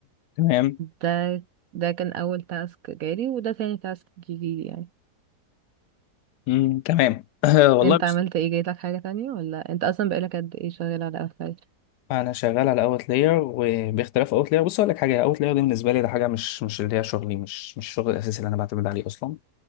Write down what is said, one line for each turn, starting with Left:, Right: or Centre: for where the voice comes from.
Left: تمام
Right: ده ده كان اول تاسك جالي وده تاني تاسك جيلي يعني
Left: مم. تمام <clears throat> والله
Right: انت
Left: بص
Right: عملت ايه جايلك حاجة تانية ولا انت اصلا بقالك قد ايه شغال على قفايل
Left: انا شغال على اوتلاير وباختلاف اوتلاير بص اقول لك حاجه اوتلاير دي بالنسبه لي ده حاجه مش مش اللي هي شغلي مش مش الشغل الاساسي اللي انا بعتمد عليه اصلا